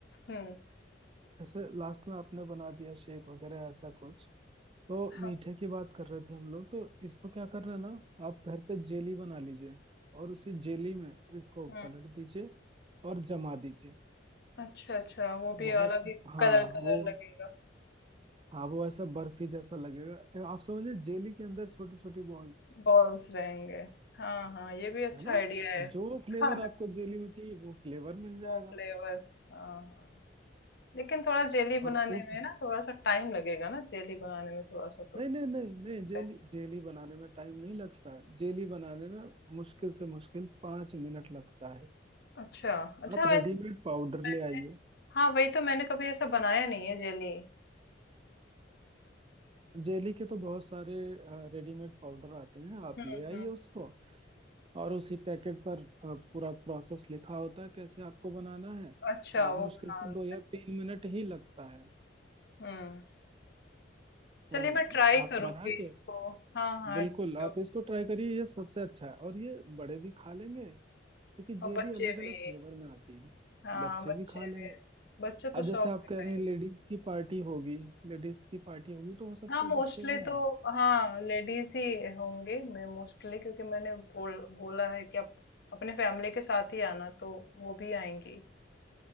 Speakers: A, on the left; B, on the right.
A: हम्म
B: जैसे लास्ट में आपने बना दिया शेक वगैरह ऐसा कुछ तो
A: हाँ
B: मीठे की बात कर रहे थे हम लोग तो इसको क्या करना ना आप घर पे जेली बना लीजिए और उसी जेली में इसको
A: हम्म
B: पलट दीजिए और जमा दीजिए
A: अच्छा अच्छा वो भी
B: बहुत
A: अलग ही
B: हाँ
A: कलर कलर
B: वो
A: लगेगा
B: हाँ वो ऐसा बर्फी जैसा लगेगा आप समझिए जेली के अंदर छोटी छोटी बॉल्स
A: बॉल्स रहेंगे हाँ हाँ ये भी अच्छा
B: है ना
A: आइडिया है
B: और जो फ्लेवर
A: खाना
B: आपको जेली में चाहिए वो फ्लेवर मिल जाएगा
A: वो फ्लेवर हाँ हाँ लेकिन थोड़ा जेली
B: और
A: बनाने
B: उस
A: में ना थोड़ा सा टाइम लगेगा ना जेली बनाने में थोड़ा सा तो
B: नहीं नहीं नहीं
A: लगता
B: नहीं जेली
A: है
B: जेली बनाने में टाइम नहीं लगता है जेली बनाने में मुश्किल से मुश्किल पाँच मिनट लगता है
A: अच्छा अच्छा
B: आप
A: वैसे
B: रेडीमेड पाउडर
A: मैंने
B: ले आइए
A: हाँ वही तो मैंने कभी ऐसा बनाया नहीं है जेली
B: जेली के तो बहुत सारे रेडीमेड पाउडर आते हैं आप
A: हम्म
B: ले आइए
A: हम्म
B: उसको और उसी पैकेट पर अ, पूरा प्रोसेस लिखा होता है कैसे आपको बनाना है
A: अच्छा
B: और मुश्किल
A: वो बना
B: से
A: लो
B: दो या तीन मिनट ही लगता है
A: हम्म
B: तो
A: चलिए मैं ट्राई
B: आप
A: करूंगी
B: बना
A: इसको
B: के
A: हाँ हाँ
B: बिल्कुल
A: जो
B: आप इसको ट्राई करिए ये सबसे अच्छा है और ये बड़े भी खा लेंगे क्योंकि
A: और
B: जेली
A: बच्चे
B: अलग अलग
A: भी
B: फ्लेवर में आती है
A: हाँ
B: बच्चे
A: बच्चे
B: भी खा लेंगे
A: भी बच्चे
B: अब
A: तो शौक
B: जैसे आप
A: से खाएंगे
B: कह रहे हैं लेडीज की पार्टी होगी लेडीज की पार्टी होगी तो हो सकता
A: हाँ मोस्टली
B: है बच्चे भी
A: तो
B: आए
A: हाँ लेडीज ही होंगे मैं मोस्टली क्योंकि मैंने बोल बोला है कि आप अपने फैमिली के साथ ही आना तो वो भी आएंगी